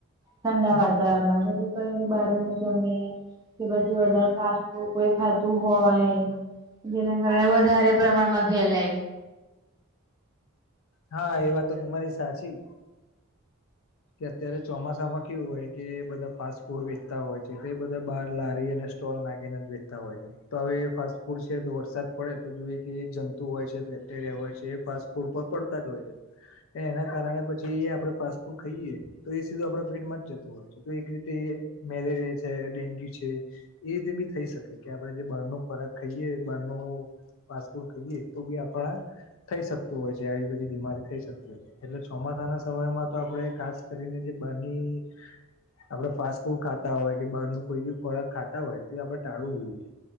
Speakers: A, on the right; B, on the left.
A: ઠંડા
B: હા
A: વાતાવરણમાં બારનુ જમીન કે પછી વધારે ફાસ્ટફૂડ કોઈ ખાતું હોય. જેના કારણે વધારે પ્રમાણમાં ફેલાય.
B: હા એ વાતો તમારી સાચી. કે અત્યારે ચોમાસામાં કેવું હોય કે બધા ફાસ્ટ ફૂડ વેચતા હોય છે તો બધા બાર લારી અને સ્ટોલ નાખીને વેતા હોય છે તો હવે ફાસ્ટ ફૂડ છે તો વરસાદ પડે તો જોઈએ કે જંતુ હોય છે, બેક્ટેરિયા હોય છે એ ફાસ્ટ ફૂડ પડતા જ હોય છે. એના કારણે પછી આપડે ફાસ્ટ ફૂડ ખાઈએે. તો એ સીધું આપડા પેટમાં જ જતું હોય છે તો એક રીતે મેલેરિયા છે, ડેન્ગ્યુ છે. એ રીતે બી થઈ શકે કે આપડે જે બહાર નો ખોરાક ખાઈએ બહાર નો ફાસફુડ ખાઈએ તો બી આપણા થઈ શકતું હોય છે આવી બધી બીમારી થઈ શકતી હોય છે એટલે ચોમાસાના સમયમાં તો આપણેે ખાસ કરીને જે બારની આપડે ફાસ્ટ ફૂડ ખાતા હોય કે બહાર નુ કોઈ બી ખોરાક ખાતા હોય તો એ આપડણે ટાળવું જોઈએ.